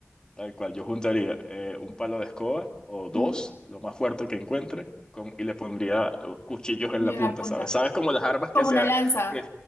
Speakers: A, on the left; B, on the left.
A: Tal cual, yo juntaría eh, un palo de escoba o dos,
B: Ujú.
A: lo más fuerte que encuentre, con, y le pondría eh, cuchillos
B: Y
A: en la
B: en
A: punta,
B: la punta.
A: ¿sabes? ¿Sabes como las armas
B: Como
A: que se...
B: una
A: ha-
B: lanza,
A: Que,